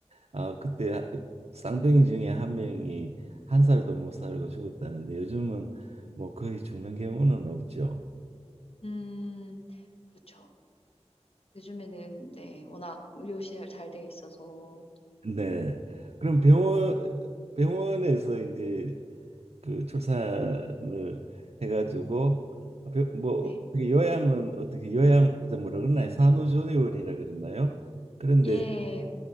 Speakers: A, on the right (about 65°); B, on the left (about 60°).
A: 아 그때 하- 쌍둥이 중에 한 명이 한 살도 못 살고 죽었다는데 요즘은 뭐 거의 죽는 경우는 없죠.
B: 음, 그렇죠. 요즘에는, 네, 워낙 의료시설 잘 돼 있어서,
A: 네. 그럼 병원 병원에서 이제 그 출산을 해가지고 병- 뭐
B: 네.
A: 어떻게 요양은 어떻게 요양 저 뭐라 그러나요? 산후조리원이라 그러나요? 그런데
B: 예,